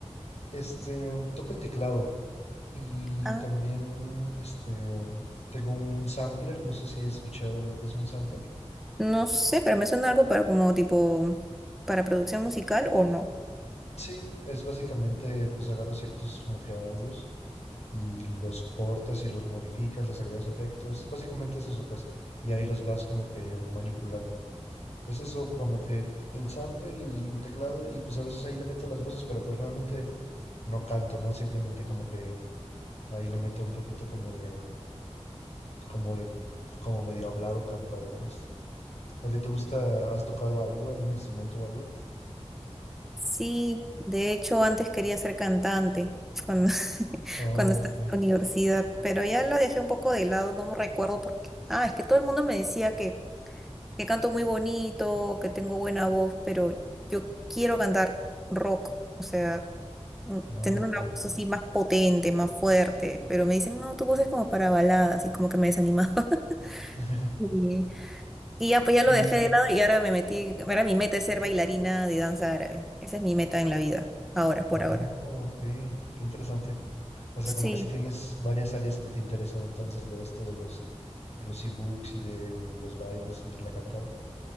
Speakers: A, on the left; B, in the centre.
A: Este, toco el teclado y
B: Ah,
A: también, este, tengo un sampler, no sé si he escuchado lo que es un sampler.
B: no sé, pero me suena algo para como tipo para producción musical o no.
A: Sí, es básicamente, pues agarras ciertos como que audios y los cortas y los modificas, les agregas efectos. Básicamente es eso, pues. Y ahí los vas como que manipulando. Es eso como que el sampler y el teclado y pues a veces ahí le meto las voces, pero pues realmente no canto, ¿no? Simplemente como que ahí le meto un poquito como de, como de, como medio hablado cantado, pues. ¿A ti te gusta, has tocado algo, algún instrumento o algo?
B: Sí, de hecho antes quería ser cantante cuando, <laughs>
A: Ah,
B: cuando estaba
A: ok,
B: en la universidad, pero ya lo dejé un poco de lado, no me recuerdo por qué. Ah, es que todo el mundo me decía que, que canto muy bonito, que tengo buena voz, pero yo quiero cantar rock, o sea, un-
A: ah,
B: tener
A: ok.
B: una voz así más potente, más fuerte, pero me dicen, no, tu voz es como para baladas y como que me desanimaba. <laughs>
A: <laughs>
B: Y, y ya, pues ya
A: Y,
B: lo dejé de lado y ahora me metí, ahora mi meta es ser bailarina de danza árabe. Esa es mi meta en la vida, ahora, por
A: oh,
B: ahora.
A: ok, qué interesante. O sea,
B: Sí,
A: como que sí tienes varias áreas que te interesan entonces, lo de esto de los, de los ebooks y de los bailes y la cantada.